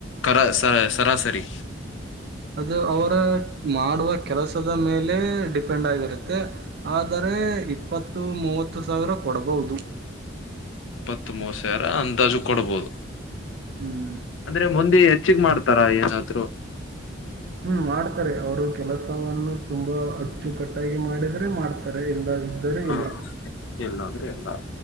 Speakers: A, on the left; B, on the right.
A: ಕರ ಸ ಸರಾಸರಿ.
B: ಅದು ಅವರ ಮಾಡುವ ಕೆಲಸದ ಮೇಲೆ ಡಿಪೆಂಡ್ ಆಗಿರುತ್ತೆ ಆದರೆ ಇಪ್ಪತ್ತು ಮೂವತ್ತು ಸಾವಿರ ಕೊಡಬಹುದು.
A: ಇಪ್ಪತ್ ಮೂವತ್ತು ಸಾವಿರ ಅಂದಾಜು ಕೊಡ್ಬೋದು.
B: ಹ್ಮ್
A: ಅಂದ್ರೆ ಮುಂದೆ. ಹೆಚ್ಚಿಗೆ ಮಾಡ್ತಾರಾ ಏನಾದ್ರು.
B: ಹ್ಮ್ ಮಾಡ್ತಾರೆ ಅವರು ಕೆಲಸವನ್ನು. ತುಂಬಾ ಅಚ್ಚುಕಟ್ಟಾಗಿ ಮಾಡಿದ್ರೆ ಮಾಡ್ತಾರೆ ಇಲ್ಲ ಇದ್ದರೆ
A: ಹ
B: ಇಲ್ಲ
A: ಇಲ್ಲ ಅಂದ್ರೆ ಇಲ್ಲ